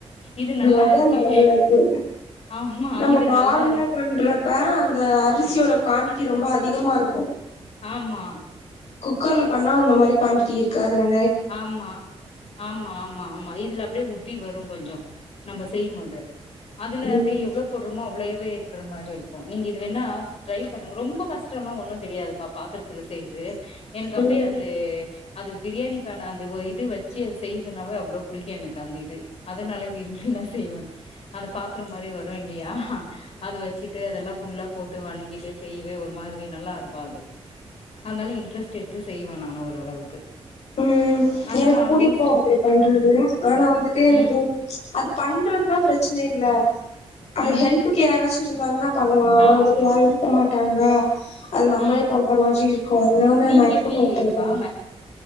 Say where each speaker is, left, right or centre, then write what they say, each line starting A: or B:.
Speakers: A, on the left; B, on the left.
A: இது நல்லா
B: அதா
A: இருக்கே
B: நல்லது
A: ஆமா
B: நம்ம
A: இது
B: நார்மலா
A: நல்லா இருக்
B: பண்றப்ப அந்த அரிசியோட குவாடிட்டி ரொம்ப அதிகமா இருக்கு
A: ஆமா
B: குக்கர்ல பண்ணா அந்த மாதிரி குவாட்டி இருக்காது நினை
A: ஆமா ஆமா ஆமா ஆமா இதுல அப்படியே ஓட்டி வரும் கொஞ்சோ நம்ம செய்யு போது அதுல
B: ம்
A: அப்படியே எவ்வளவு போடுறோமோ அவ்ளோ இருக்கிற மாரி இருக்கு நீங்க இது வோ ட்ரை பண்ணு ரொம்ப கஷ்டல்லா ஒண்ணு தெரியாது பா பாத்திரத்துல செய்றது எனக்கு அப்டியே
B: ம்
A: அந்த அதுக்கு பிரியாணி நா அந்த இது வச்சு அது செய்யதுனாவே அவ்ளோ பிடிக்கு எனக்கு அந்த இது அதனால விரும்பி நா செய்வே அந்த பாத்திர மாரி வரு இல்லையா அது வச்சிட்டு அதெல்லா புல்லா போட்டு வணக்கிட்டு செய்யவே ஒரு மாதிரி நல்லாருக்கு அது அதனால இன்ட்ரெஸ்ட்டு எடுத்து செய்வே நான ஓரளவுக்கு
B: ம்
A: அதனால
B: எனக்கு
A: ஆல்மோஸ்ட்
B: புடிக்கு அப்டி பண்றது ஆனா வந்துட்டு எனக்கு
A: ம்
B: அது பண்றதுன்னா ப்ரச்ச ப்ரச்சின இல்ல அ
A: ம்
B: ஹெல்க்கு யாராச்சு இருந்தாங்கன்னா பண்ணலா ஆனா
A: ஆமா
B: வந்துட்டு யாரு இருக்க மாட்டாங் ந அது நம்மளே
A: ம்
B: பண்ற மாரி இருக்கு அதனால நா
A: நீங்க
B: மேக்சிமம்
A: எப்டிப்பா
B: அத ட்ரை பண்றே